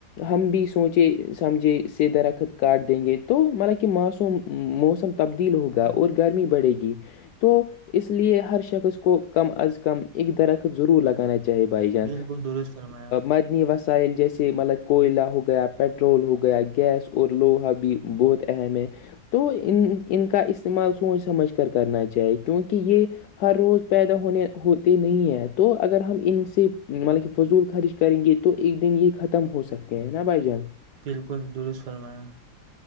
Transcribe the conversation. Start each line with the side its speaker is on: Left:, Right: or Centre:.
Left: ہم بھی سوچے سمجھے سے درخت کاٹ دیں گے تو مطلا کہ موس موسم تبدیل ہوگا اور گرمی بڑے گی تو اس لیے ہر شخص کو کم از کم ایک درخت ضرور لگانا چاہے بھائی جان
Right: بالکل درست فرمایا
Left: قدنی وسائل جیسے مطلب کوئلہ ہو گیا پٹرول ہو گیا گیس اور لوہا بھی بہت اہم ہے تو ان ان کا استعمال سوچ سمجھ کر کرنا چاہیے کیونکہ یہ ہر روز پیدا ہونے ہوتے نہیں ہیں تو اگر ہم ان سے مطلب فضول خرچ کریں گے تو ایک دن یہ ختم ہو سکتے ہیں نا بائی جانس
Right: بالکل درست فرمایا